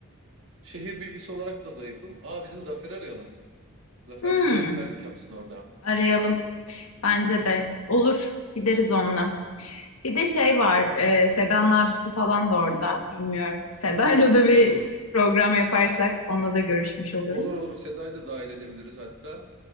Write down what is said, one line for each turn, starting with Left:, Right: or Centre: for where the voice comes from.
Right: Şehir bilgisi olarak da zayıfım. Aa bizim Zafer'i arayalım. Zafer
Left: Hmm,
Right: bize rehberlik yapsın orada.
Left: arayalım. Bence de. Olur. Gideriz onunla. Bir de şey var. E, Seda'nın abisi falan da orada. Bilmiyorum. <laughs> Seda'yla
Right: Hmm,
Left: da bir
Right: o da olur.
Left: program yaparsak onunla da görüşmüş oluruz.
Right: Olur olur Seda'yı da dahil edebiliriz hatta.